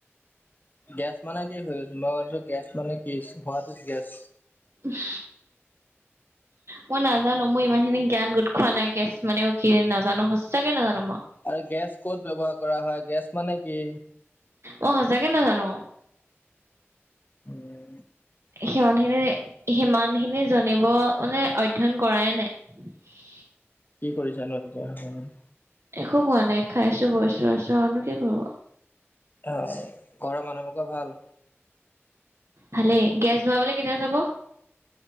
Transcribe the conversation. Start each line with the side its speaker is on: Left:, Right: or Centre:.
Left: গেছ মানে কি হৈছ মই কছো গেছ মানে কি হোৱছ গেছ
Right: উম মই নাজানো মোৰ ইমানখিনি জ্ঞান গোট খোৱা নাই। গেছ মানে কি নাজানো সচাকে নাজানো মই।
Left: আৰু গেছ ক'ত ব্যবহাৰ কৰা হয়। গেছ মানে কি?
Right: অ সঁচাকে নাজানো।
Left: উম।
Right: সিমানখিনি সিমানখিনি জানিব মানে অধ্য়ন <unintelligible> কৰাই নাই হয় <inaudible>
Left: কি কৰিছা ন ত হগান <inaudible>
Right: একো কোৱা নাই খাইছো বৈছো আছো আৰুনো কি কৰো
Left: আহ ঘৰৰ মানুহবোকে ভাল।
Right: ভালেই গেছ ভৰাবলৈ কেতিয়া যাব।